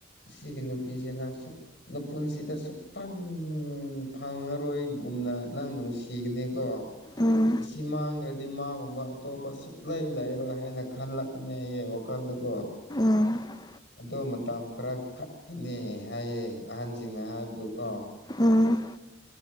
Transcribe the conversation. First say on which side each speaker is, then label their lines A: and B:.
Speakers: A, on the left; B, on the left.
A: ꯁꯤꯒꯤ ꯅꯨꯄꯤꯁꯦ ꯅꯪ ꯁꯁꯨꯛ ꯃꯄꯨꯟꯁꯤꯗ ꯁꯨꯛꯐꯪ ꯐꯪꯉꯔꯣꯏꯒꯨꯝꯅ ꯅꯪ ꯅꯨꯡꯁꯤ ꯆꯤꯛꯅꯤ ꯀꯣ
B: ꯎꯝ
A: ꯑꯁꯤ ꯃꯥꯡꯈ꯭ꯔꯗꯤ ꯃꯥꯒꯨꯝꯕ ꯑꯇꯣꯞꯄ ꯁꯨꯛꯂꯩ ꯂꯩꯔꯣꯏ ꯍꯥꯏꯅ ꯈꯜꯂꯛ ꯀꯩꯅꯌꯦ ꯑꯣꯈꯥꯟꯜꯗꯨꯀꯣ
B: ꯎꯝ
A: ꯑꯗꯣ ꯃꯇꯝ ꯈꯔ ꯈꯛꯀꯤꯅꯦ ꯍꯥꯏꯌꯦ ꯑꯍꯟꯁꯤꯡꯅ ꯍꯥꯏꯕꯗꯨꯀꯣ
B: ꯎꯝ